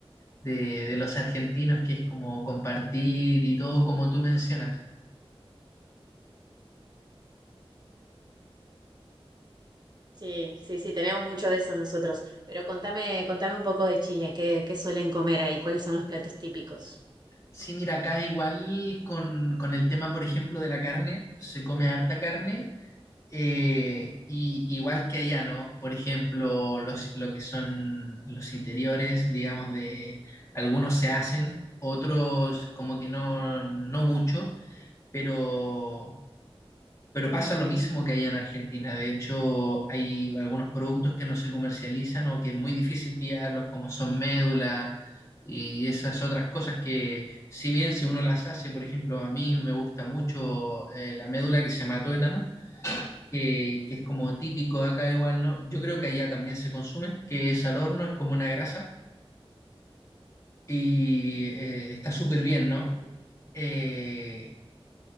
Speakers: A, on the left (about 30°); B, on the right (about 45°).
A: de, de los argentinos, que es como compartir y todo como tú mencionas.
B: Sí, sí, sí, tenemos mucho de eso nosotros. Pero contame, contame un poco de Chile, ¿qué, qué suelen comer ahí? ¿Cuáles son los platos típicos?
A: Sí, mira, acá igual con, con el tema, por ejemplo, de la carne, se come harta carne, eh, y igual que allá, ¿no? Por ejemplo, los, lo que son los interiores, digamos, de algunos se hacen, otros como que no, no mucho, pero pero pasa lo mismo que allá en Argentina. De hecho, hay algunos productos que no se comercializan o que es muy difícil pillarlos, como son médula y esas otras cosas que, si bien si uno las hace, por ejemplo, a mí me gusta mucho eh, la médula que se llama tuétano, que, que es como típico de acá igual, ¿no? Yo creo que allá también se consume, que es al horno, es como una grasa y eh, está súper bien, ¿no?
B: Mm,
A: Eh,